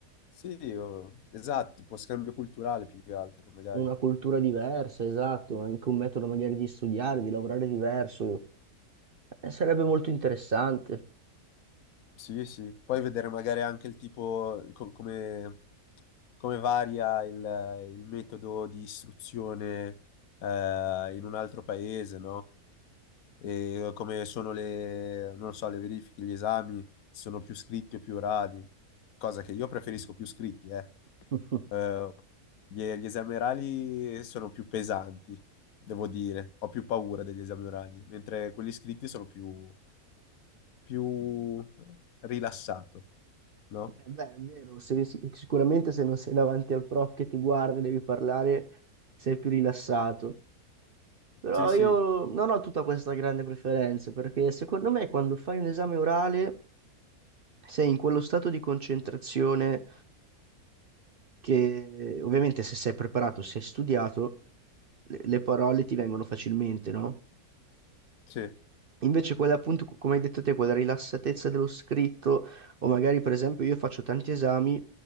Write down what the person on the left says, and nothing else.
Sì, o- esatto, tipo scambio culturale più che altro, magari.
Sì, sì. Poi vedere magari anche il tipo, co- come, come varia il, il metodo di istruzione eh, in un altro paese, no? E come sono le, non lo so, le verifiche, gli esami, sono più scritti o più orali, cosa che io preferisco più scritti, eh.
Eh, gli, gli esami orali sono più pesanti, devo dire. Ho più paura degli esami orali, mentre quelli scritti sono più più rilassato, no?
Sì, sì,
sì,